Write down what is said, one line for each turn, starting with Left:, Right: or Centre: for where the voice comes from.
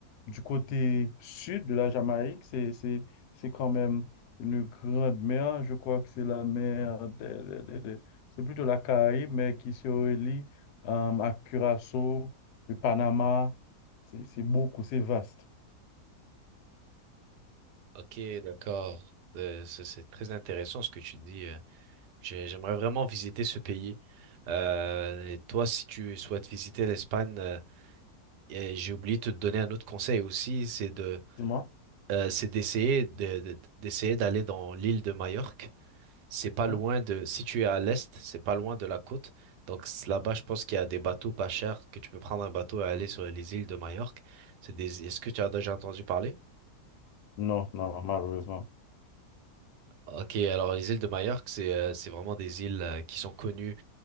Left: du côté sud de la Jamaïque, c'est c'est c'est quand même une grande mer. Je crois que c'est la mer de, de- de- de- c'est plutôt la Caraïbe, mais qui se relie euh, à Curaçao, le Panama. C'est c'est beaucoup, c'est vaste.
Right: Ok, d'accord. Euh, c'est c'est très intéressant ce que tu dis. euh. J'ai- J'aimerais vraiment visiter ce pays. Euh, et toi, si tu souhaites visiter l'Espagne, euh, et j'ai oublié de te donner un autre conseil aussi, c'est de,
Left: Dis-moi.
Right: euh, c'est d'essayer de, de- d'essayer d'aller dans l'île de Majorque. C'est pas loin
Left: hein?
Right: de, si tu es à l'est, c'est pas loin de la côte. Donc c- là-bas, je pense qu'il y a des bateaux pas chers que tu peux prendre un bateau et aller sur les îles de Majorque. C'est des, est-ce que tu as déjà entendu parler?
Left: Non, non, malheureusement.
Right: Ok, alors les îles de Majorque, c'est euh, c'est vraiment des îles euh, qui sont connues